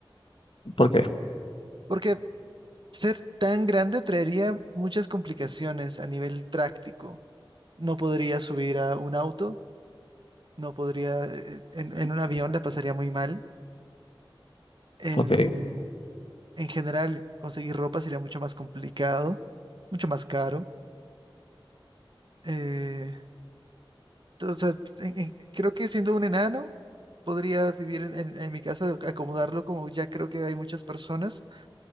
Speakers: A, on the left (about 80°); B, on the right (about 55°).
A: ¿Por qué?
B: porque ser tan grande traería muchas complicaciones a nivel práctico. No podría subir a un auto no podría, eh, en, en un avión la pasaría muy mal. En,
A: Ok.
B: en general, conseguir ropa sería mucho más complicado, mucho más caro. Eh, o sea, en- en- creo que siendo un enano, podría vivir en, en- en mi casa, acomodarlo como ya creo que hay muchas personas.